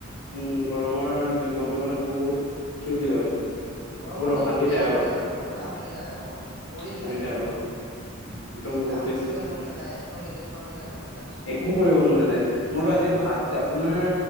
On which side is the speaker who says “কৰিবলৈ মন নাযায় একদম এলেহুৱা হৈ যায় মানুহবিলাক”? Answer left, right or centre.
Right